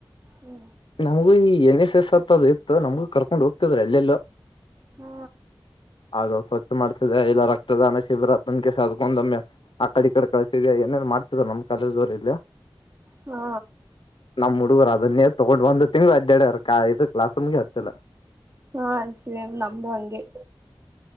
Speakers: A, on the right; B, on the left.
A: ಹ್ಮ
B: ನಮಗೂ ಈ ಎನ್ ಎಸ್ ಎಸ್ ಅತ್ದ ಇತ್ತು ನಮ್ಗೂ ಕರ್ಕೊಂಡ್ ಹೋಗ್ತಿದ್ರ ಎಲ್ಲೆಲ್ಲೋ
A: ಹ್ಮ
B: ಅದು ಸ್ವಚ್ಛ ಮಾಡ್ಸಿದೆ ಇಲ್ಲ ರಕ್ತದಾನ ಶಿಬಿರ ತನ್ ಕೆಸಕೊಂಡಮ್ಮೆ ಆ ಕಡೆ ಈ ಕಡೆ ಕಳ ಏನೇನ್ ಮಾಡ್ತಿದ್ ನಮ್ಮ್ ಕಾಲೇಜ್ವರು ಇಲ್ಲ
A: ಹಾ
B: ನಮ್ಮ್ ಹುಡುಗರು ಅದನ್ನೇ ತೊಗೊಂಡ್ ಒಂದು ತಿಂಗ್ಗಳು ಅ್ಡ ಇದು ಕ್ಲಾಸ್ಮಗೆ ಹತ್ತಲ್ಲ
A: ಹಾ ಸೇಮ್ ನಮ್ದು ಹಂಗೆ